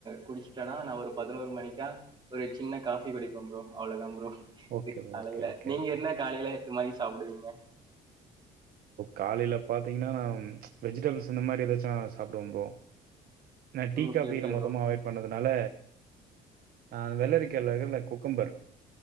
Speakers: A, on the right; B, on the right.
A: குடிச்சுட்டேனா நா ஒரு பதினோரு மணிக்கா ஒரு சின்ன காஃபி குடிப்பம் ப்ரோ அவ்ளதாம் ப்ரோ
B: ஓகே
A: இக்
B: ப்ரோ
A: காலைல
B: ஓகே ஓகே
A: நீங்க
B: ஓகே
A: என்ன காலைலே இது மாதிரி சாப்பிடுவீங்க
B: காலையில பார்த்தீங்கன்னா நான் வெஜிடபிள்ஸ் இந்த மாதிரி ஏதாச்சும் சாப்பிடுவேன் ப்ரோ நான் டீ
A: ஓகே
B: காபி
A: ஓகே
B: லாம் மொத்தமா
A: ப்ரோ
B: அவாய்ட் பண்ணதுனால நான் வெள்ளரிக்கையில்ல்ல கு குக்கும்பர்